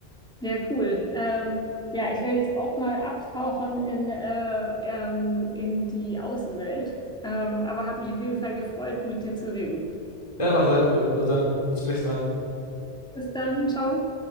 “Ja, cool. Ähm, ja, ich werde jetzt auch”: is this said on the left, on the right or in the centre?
Centre